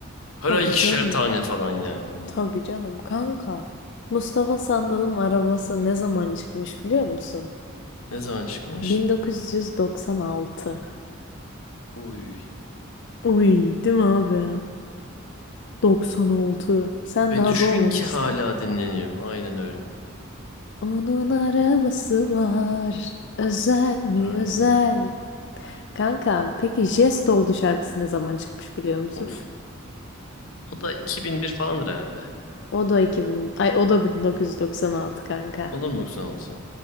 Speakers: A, on the left; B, on the left.
A: her
B: Tabii
A: ay ikişer
B: canım.
A: tane falan yani hani.
B: Tabii canım kanka. Mustafa Sandal'ın arabası ne zaman çıkmış biliyor musun?
A: Ne zaman çıkmış?
B: 1996.
A: Uy.
B: Uy, değil mi abi? 96. Sen
A: Ve
B: daha
A: düşün
B: doğmamıştın.
A: ki hala dinleniyor. Aynen öyle.
B: Onun arabası var. Özel mi
A: Aynen.
B: özel? Kanka peki Jest oldu şarkısı ne zaman çıkmış biliyor musun?
A: Uf. O da 2001 falandır herhalde.
B: O da 2000 ay o da 1996 kanka.
A: O da mı mu 96?